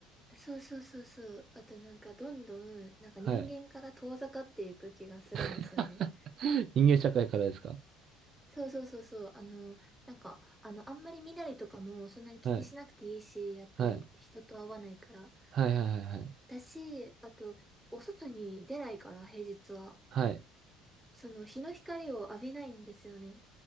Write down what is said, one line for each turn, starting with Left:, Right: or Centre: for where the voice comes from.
Centre: そうそうそうそう。あとなんか、どんどん、なんか人間から遠ざかっていく気がするんですよね。
Right: はい。<laughs> 人間社会からですか
Centre: そうそうそうそう。あの、なんか、あの、あんまり身なりとかもそんなに気にしなくていいし、
Right: はい。
Centre: やっぱり人と会わないから。
Right: はい。はいはいはいはい。
Centre: だし、あと、お外に出ないから、平日は。
Right: はい。
Centre: その日の光を浴びないんですよね。